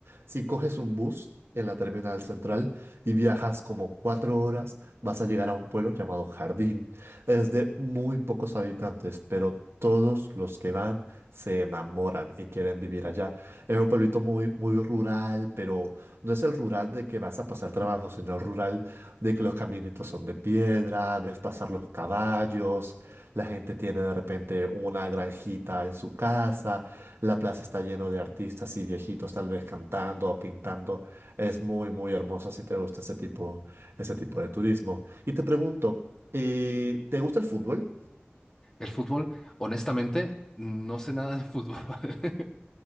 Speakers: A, on the right; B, on the left.
A: si coges un bus en la terminal central y viajas como cuatro horas, vas a llegar a un pueblo llamado Jardín. Es de muy pocos habitantes, pero todos los que van se enamoran y quieren vivir allá. Es un pueblito muy, muy rural, pero no es el rural de que vas a pasar trabajo, sino el rural de que los caminitos son de piedra, ves pasar los caballos la gente tiene de repente una granjita en su casa, la plaza está lleno de artistas y viejitos tal vez cantando o pintando. Es muy, muy hermosa si te gusta ese tipo, ese tipo de turismo. Y te pregunto, eh, ¿te gusta el fútbol?
B: El fútbol, honestamente, no sé nada de fútbol. <laughs>